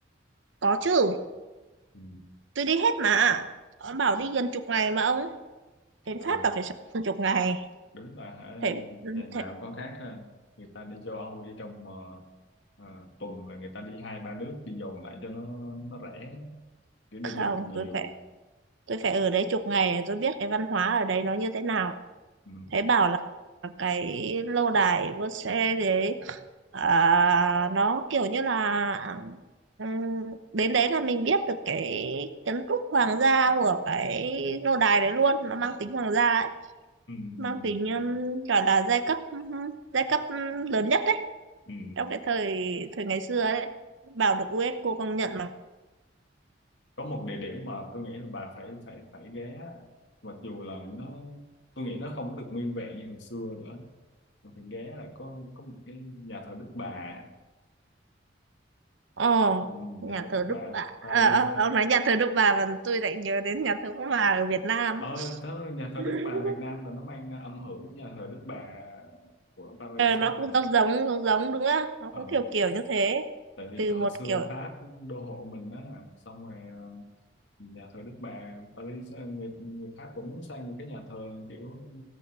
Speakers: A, on the right (about 85°); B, on the left (about 75°).
A: có chứ
B: ừ.
A: tôi đi hết mà Ông bảo đi gần chục ngày mà ông đến
B: ờ.
A: Pháp là phải sống gần chục ngày
B: đúng là hả
A: thế,
B: nhà
A: thế
B: giàu có khác ha. người ta đi châu Âu đi trong ờ, ờ, tuần là người ta đi hai ba nước đi vòng lại cho nó nó rẻ để đi
A: không
B: cho được nhiều
A: tôi phải tôi phải ở đấy chục ngày để tôi biết cái văn hóa ở đấy nó như thế nào
B: ừ.
A: thấy bảo là cái lâu đài vua xe đấy à, nó kiểu như là ừm, đến đấy là mình biết được cái kiến trúc hoàng gia của cái lâu đài đấy luôn nó mang tính hoàng gia ấy
B: Ừ.
A: mang
B: Ừ.
A: tính ừm,
B: Ừ.
A: gọi là giai cấp giai cấp ừm, lớn nhất đấy
B: Ừ.
A: trong cái thời thời ngày xưa đấy bảo được u ét cô công nhận mà
B: có một địa điểm mà tôi nghĩ là bà phải phải phải ghé mặc dù là nó tôi nghĩ nó không có được nguyên vẹn như hồi xưa nữa mà phải ghé là có có một cái nhà thờ Đức Bà
A: Ồ,
B: ừ.
A: nhà
B: nhà thờ Đức
A: thờ
B: Bà
A: Đức Bà.
B: Paris
A: Ờ, ờ,
B: á
A: ông nói nhà thờ Đức Bà mà tôi lại nhớ đến nhà thờ Đức Bà ở Việt Nam.
B: ờ tớ nhà thờ
A: <laughs>
B: Đức Bà Việt Nam là nó mang âm hưởng của nhà thờ Đức Bà của Paris
A: Ờ, nó
B: đó mà
A: cũng giống giống giống giống đúng không? Nó
B: ờ,
A: cũng kiểu kiểu như thế.
B: tại vì
A: Từ
B: hồi
A: một
B: xưa
A: kiểu.
B: Pháp đô hộ mình đó xong rồi ờ, nhà thờ Đức Bà Paris ờ, người, người Pháp cũng muốn xây một cái nhà thờ kiểu